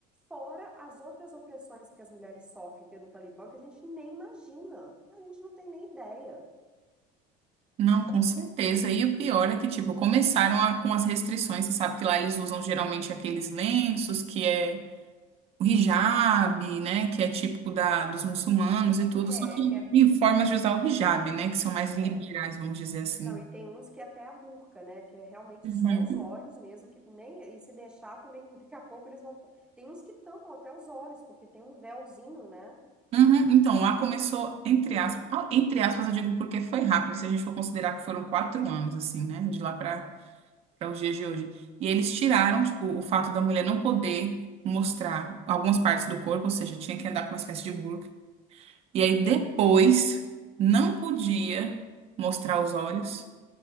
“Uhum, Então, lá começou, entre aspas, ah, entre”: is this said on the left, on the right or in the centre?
Right